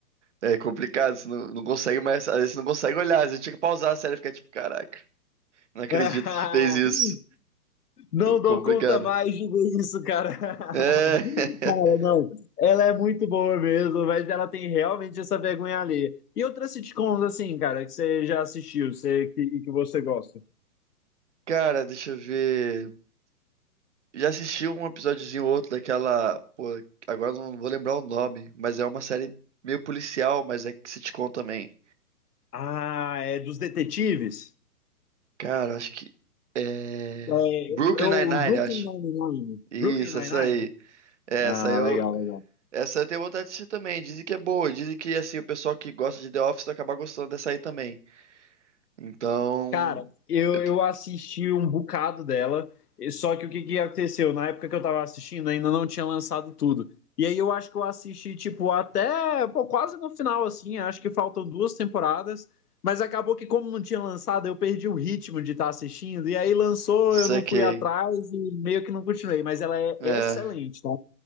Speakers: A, on the right (about 50°); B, on the left (about 85°).
A: É complicado, você não, não consegue mais. Às vezes você não consegue olhar, às vezes tinha que pausar a série e ficar tipo, caraca. Não acredito
B: <laughs>
A: que fez isso.
B: Não dou
A: Complicado.
B: conta mais de ver isso, cara. <laughs>
A: É. <laughs>
B: Cara, não. Ela é muito boa mesmo, mas ela tem realmente essa vergonha alheia. E outras sitcoms, assim, cara, que você já assistiu, você, que, e que você gosta?
A: Cara, deixa eu ver. Já assisti um episódiozinho ou outro daquela. Pô, agora eu não vou lembrar o nome, mas é uma série meio policial, mas é sitcom também.
B: Ah, é dos detetives?
A: Cara, acho que. É.
B: É,
A: Brooklyn
B: eu,
A: Nine-Nine,
B: Brooklyn
A: eu acho.
B: Nine-Nine.
A: Isso,
B: Brooklyn Nine-Nine?
A: essa aí. É,
B: Ah,
A: Essa eu.
B: legal, legal.
A: Essa eu tenho vontade de assistir também. Dizem que é boa. Dizem que, assim, o pessoal que gosta de The Office vai acabar gostando dessa aí também. Então.
B: Cara, eu,
A: Eu te-
B: eu assisti um bocado dela, e- só que o que que aconteceu? Na época que eu tava assistindo, ainda não tinha lançado tudo. E aí eu acho que eu assisti, tipo, até, pô, quase no final, assim, acho que faltam duas temporadas, mas acabou que como não tinha lançado, eu perdi o ritmo de estar assistindo, e aí lançou, eu
A: Saquei.
B: não fui atrás e meio que não continuei, mas ela é
A: É.
B: excelente, tá?